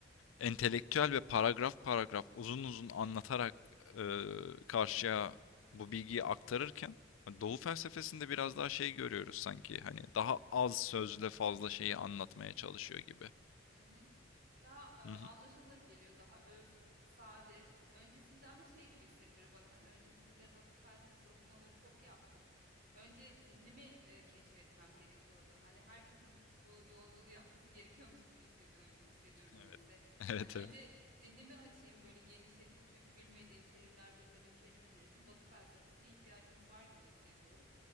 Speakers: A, on the left; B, on the right.
A: entelektüel ve paragraf paragraf uzun uzun anlatarak eee, karşıya bu bilgiyi aktarırken Doğu felsefesinde biraz daha şey görüyoruz sanki hani daha az sözle fazla şeyi anlatmaya çalışıyor gibi.
B: Hı hı. Daha e, anlaşılır
A: Hı hı.
B: geliyor, daha öz, sade. Öncesinde ama şey gibi hissettiriyor bana hani öncesinde Batı felsefesi okumaları çok yaptım. Önce zihnimi e, keşfetmem gerekiyordu. Hani herkesin bu yolculuğu yapması gerekiyormuş gibi hissediyorum, hissediyorum
A: Evet.
B: niyeyse.
A: <laughs> Evet
B: Hani önce
A: evet.
B: zihnimi açayım, böyle genişleteyim çünkü bilmediğim terimler, bilmediğim kelimeler için Batı felsefesine ihtiyacımız var gibi hissediyorum.